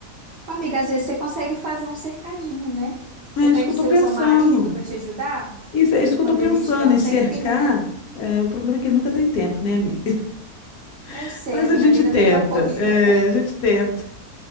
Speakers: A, on the right; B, on the left.
A: Amiga, às vezes você consegue fazer um cercadinho, né? Você
B: É
A: pede
B: isso que eu
A: seu,
B: tô pensando.
A: seu marido para te ajudar
B: Isso, é
A: e
B: isso que
A: quando
B: eu tô pensando,
A: ele tiver um
B: em
A: tempinho,
B: cercar.
A: né?
B: É, o problema é que ele nunca tem tempo, né, amiga?
A: Eu
B: <laughs>
A: sei,
B: Mas
A: amiga,
B: a gente
A: a vida
B: tenta,
A: anda tão corrida,
B: é, a gente tenta.